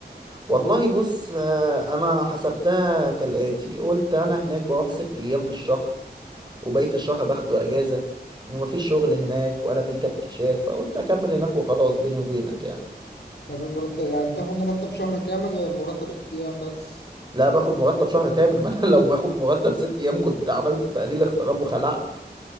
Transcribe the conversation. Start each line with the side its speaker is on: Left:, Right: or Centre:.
Right: والله بص آه، انا حسبتها كالآتي قلت انا هناك بروح ست ايام في الشهر وبقية الشهر باخده اجازة ومفيش شغل هناك ولا في تفتيشات فقلت اكمل هناك وخلاص بيني وبينك يعني
Left: طب المرتب يعني بتاخد مرتب شهر كامل ولا مرتب ست ايام بس
Right: لا باخد مرتب شهر كامل ما انا <laughs> لو باخد مرتب ست ايام كنت عملت تقليل اغتراب وخلعت